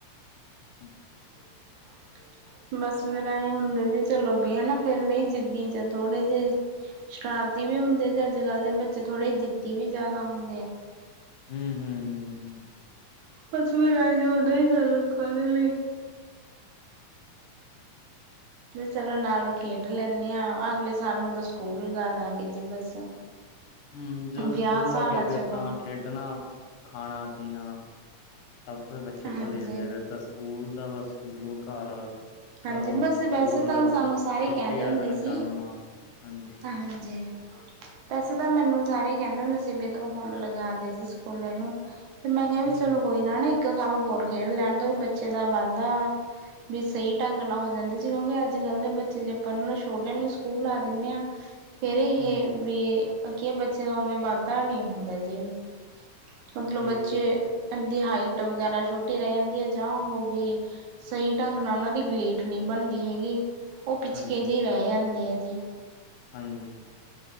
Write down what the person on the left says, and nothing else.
ਹਾਂਜੀ
ਹਮ- ਹਮ ਹਮ -ਹਮ।
ਹਮ ਜਦੋਂ
ਸਕੂਲ
ਲੱਗ ਗਿਆ
ਫੇਰ
ਤਾਂ ਖੇਡਣਾ, ਖਾਣਾ, ਪੀਣਾ ਸਭ ਕੁਛ ਬੱਚੇ
ਭੁੱਲ ਜਾਂਦੇ ਫੇਰ ਤਾਂ ਸਕੂਲ ਦਾ ਵਾ ਸਕੂਲੋਂ ਘਰ।
ਘਰੋਂ
ਸਕੂਲ
ਛੁੱਟੀ
ਵਾਲੇ
ਦਿਨ
ਕੰਮ। ਹਾਂਜੀ
ਹੂੰ
ਹੂੰ
ਹੂੰ
ਸਹੀ
ਗੱਲ ਹੈ
ਹਾਂਜੀ
ਹਾਂਜੀ।